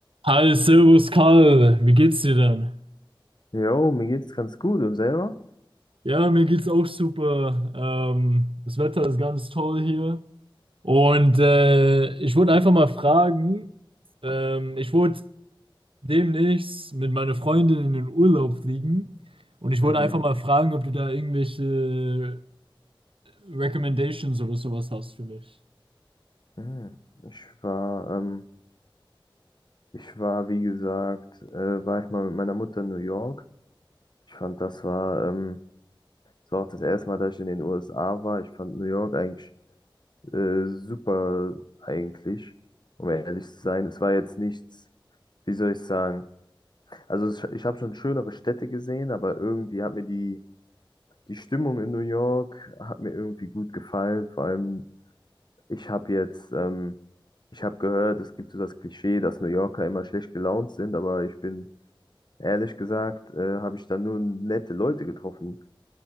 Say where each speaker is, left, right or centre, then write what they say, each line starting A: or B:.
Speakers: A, on the right; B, on the left.
A: Hi, Servus Karl, wie geht's dir denn?
B: Jo, mir geht's ganz gut und selber?
A: Ja, mir geht's auch super. Ähm, das Wetter ist ganz toll hier. Und äh, ich wollte einfach mal fragen, ähm, ich wollte demnächst mit meiner Freundin in den Urlaub fliegen. Und ich wollte
B: Mhm.
A: einfach mal fragen, ob du da irgendwelche Recommendations oder sowas hast für mich.
B: Mhm. Ich war, ähm, ich war, wie gesagt, äh, war ich mal mit meiner Mutter in New York. Ich fand, das war, ähm, das war auch das erste Mal, dass ich in den USA war. Ich fand New York eigentlich äh, super, eigentlich, um ehrlich zu sein. Es war jetzt nichts, wie soll ich sagen? Also es, ich habe schon schönere Städte gesehen, aber irgendwie hat mir die, die Stimmung in New York hat mir irgendwie gut gefallen. Vor allem Ich habe jetzt, ähm, ich habe gehört, es gibt so das Klischee, dass New Yorker immer schlecht gelaunt sind, aber ich bin ehrlich gesagt, äh, habe ich da nur nette Leute getroffen.